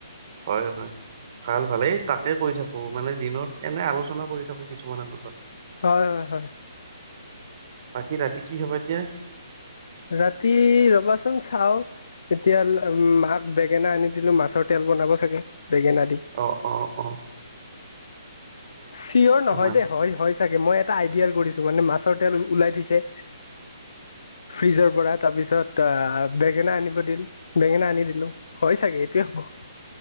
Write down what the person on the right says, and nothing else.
হয় হয়। ভাল ভাল এই তাকেই কৈ থাকো, মানে দিনত এনে আলোচনা কৰি থাকো কিছুমানৰ লগত।
বাকী ৰাতি কি খাবা এতিয়া?
অঁ অঁ অঁ
তোমাৰ